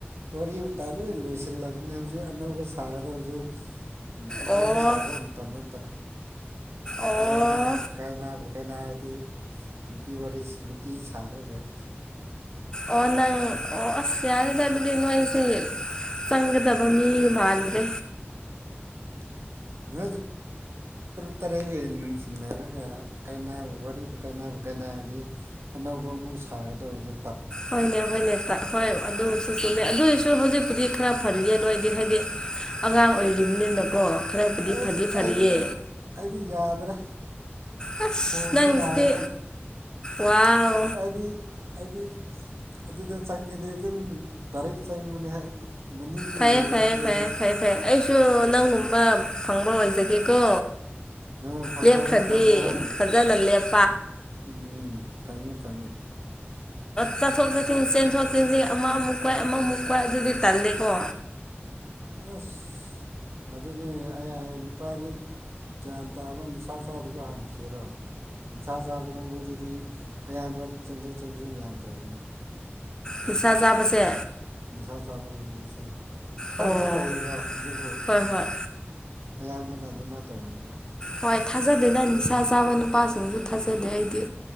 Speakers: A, on the right; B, on the left.
A: ꯋꯥꯔꯤ ꯋꯥꯇꯥꯏ ꯂꯣꯏ ꯂꯣꯏꯁꯤꯜꯂꯕꯅꯤ ꯍꯧꯖꯤꯛ ꯑꯅꯧꯕ ꯁꯥꯒꯗ ꯍꯧꯖꯤꯛ ꯎꯝ ꯑꯗꯨꯅꯧꯕ
B: ꯑꯣ
A: ꯁꯥꯕ ꯃꯇꯝ ꯅꯠꯇ꯭ꯔꯦ꯫
B: ꯑꯣ
A: ꯏꯕꯥꯅꯤꯕꯨ ꯀꯥꯏꯅꯥꯕꯨ ꯀꯥꯏꯅꯥꯔꯗꯤ ꯅꯨꯄꯤ ꯋꯥꯔꯤ ꯁ ꯅꯨꯄꯤ ꯁꯥꯔꯔꫭꯏ꯫
B: ꯑꯣ ꯅꯪ ꯑꯣ ꯑꯁ ꯌꯥꯔꯦꯗ ꯑꯗꯨꯗꯤ ꯅꯣꯏꯁꯤ ꯆꯪꯒꯗꯕ ꯃꯤ ꯃꯥꯟꯗ꯭ꯔꯦ꯫
A: <unintelligible> ꯇꯔꯦꯠ ꯍ ꯅꯨꯡꯁꯤꯅꯔꯒ ꯀꯥꯏꯅꯕ ꯋꯥꯔꯤꯕꯨ ꯀꯥꯏꯕꯨ ꯀꯥꯏꯅꯔꯗꯤ ꯑꯅꯧꯕ ꯑꯃꯨꯛ ꯁꯥꯒꯗꯧꯕꯗꯨ
B: ꯍꯣꯏꯅꯦ ꯍꯣꯏꯅꯦ ꯇ ꯍꯣꯏ ꯑꯗꯨꯁꯨ ꯆꯨꯝꯃꯦ ꯑꯗꯨꯏꯁꯨ ꯍꯧꯖꯤꯛꯄꯨꯗꯤ ꯈꯔ ꯐꯔꯤꯌꯦ ꯅꯣꯏꯗꯤ ꯍꯥꯏꯗꯤ ꯑꯉꯥꯡ ꯑꯣꯏꯔꯤꯕꯅꯤꯅꯀꯣ ꯈꯔꯕꯨꯗꯤ
A: ꯑꯦꯁ
B: ꯐꯗꯤ ꯐꯔꯤꯌꯦ
A: ꯑꯩꯗꯤ ꯑꯩꯗꯤ ꯌꯥꯗꯔꯦ
B: ꯑꯁ
A: ꯍꯣꯡꯕ
B: ꯅꯪꯁꯤꯗꯤ
A: ꯅꯥꯏꯔꯣ
B: ꯋꯥꯎ
A: ꯍꯥꯏꯗꯤ ꯍꯥꯏꯗꯤ ꯑꯗꯨꯗ ꯆꯪꯉꯗꯤ ꯑꯗꯨꯝ ꯗꯥꯔꯦꯛ ꯆꯪꯕꯅꯦ ꯃꯅꯤꯡꯗꯤ
B: ꯐꯩꯌꯦ
A: ꯌꯦꯡꯂꯛꯇ꯭ꯔꯦꯗꯤ
B: ꯐꯩꯌꯦ ꯐꯩꯌꯦ ꯐꯩ ꯐꯩ ꯑꯩꯁꯨ ꯅꯪꯒꯨꯝꯕ ꯐꯪꯕ ꯑꯣꯏꯖꯒꯦꯀꯣ
A: ꯑꯥ ꯐꯪꯖꯔꯣ
B: ꯂꯦꯞꯈ꯭ꯔꯗꯤ
A: ꯐꯪꯖꯔꯣ
B: ꯐꯖꯅ ꯂꯦꯞ
A: ꯎꯝ ꯐꯪꯉꯨ ꯐꯪꯉꯨ
B: ꯆꯊꯣꯛ ꯆꯁꯤꯟ ꯆꯦꯟꯊꯣꯛ ꯆꯦꯟꯁꯤꯟ ꯑꯃ ꯑꯃꯨꯛ ꯄꯥꯐ ꯑꯃꯃꯨꯛ ꯄꯥꯏ ꯑꯗꯨꯗꯤ ꯇꯜꯂꯦꯀꯣ
A: ꯑꯁ ꯑꯗꯨꯅꯤ ꯑꯩ ꯍꯌꯦꯡ ꯅꯨꯄꯥꯗꯤ ꯒ꯭ꯌꯥꯟ ꯇꯥꯕ ꯅꯤꯁꯥ ꯆꯥꯗꯕ ꯍꯥꯟꯅ ꯊꯤꯔꯣ ꯅꯤꯁꯥ ꯆꯥꯕ ꯀꯥꯡꯕꯨꯗꯨꯗꯤ ꯑꯌꯥꯝꯕ ꯆꯦꯟꯊꯣꯛ ꯆꯟꯁꯤꯟ ꯌꯥꯝ ꯇꯧꯕꯅꯦ
B: ꯅꯤꯁꯥ ꯆꯥꯕꯁꯦ
A: ꯅꯤꯁꯥ ꯆꯥꯕ ꯀꯥꯡꯒꯨꯁꯦ ꯈꯔꯕꯨꯗꯤ
B: ꯑꯣ
A: ꯂꯩꯌꯦꯕ ꯑꯗꯨꯕꯨ
B: ꯍꯣꯏ ꯍꯣꯏ
A: ꯑꯌꯥꯝꯕꯅ ꯑꯗꯨꯃꯥꯏꯅ ꯇꯧꯕꯅꯦꯕ
B: ꯍꯣꯏ ꯊꯥꯖꯗꯦꯅ ꯅꯤꯁꯥ ꯆꯥꯕ ꯅꯨꯄꯥꯁꯤꯡꯁꯨ ꯊꯥꯖꯗꯦ ꯑꯩꯗꯤ